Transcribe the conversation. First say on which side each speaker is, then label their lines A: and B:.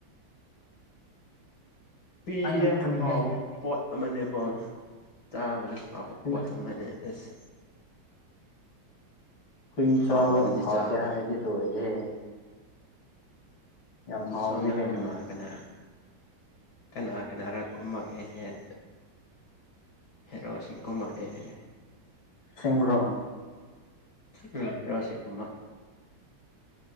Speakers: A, on the left; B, on the left.
A: ꯎꯤꯖꯦ
B: ꯑꯉꯛꯄꯅꯤꯍꯦ
A: ꯍꯥꯎꯕ ꯄꯣꯠ ꯑꯃꯅꯦꯀꯣ ꯆꯥꯕꯗ ꯍꯥꯞꯄ
B: ꯍꯨꯏ
A: ꯄꯣꯠ ꯑꯃꯅꯦ ꯑꯁ
B: ꯍꯨꯏ ꯆꯥꯕ
A: ꯍꯥꯎꯔꯅꯤ
B: ꯍꯥꯞꯇꯦ
A: ꯆꯥꯕ
B: ꯍꯥꯏꯔꯗꯤꯦ ꯂꯣꯏꯔꯦ ꯌꯥꯝ ꯍꯥꯎꯕꯅꯦ
A: ꯁꯣꯅ
B: ꯀꯩꯅꯣ
A: ꯀꯅꯥ ꯀꯅꯥ ꯀꯅꯥ ꯀꯅꯥꯔ ꯀꯨꯝꯃꯛꯑꯦꯍꯦ ꯑ ꯍꯦꯔ ꯋꯥꯁꯤꯡ ꯀꯃ ꯑꯦꯍꯦ
B: ꯁꯤ꯭ꯔꯣ
A: ꯎꯝ ꯔꯣꯁꯤ ꯀꯨꯃꯥ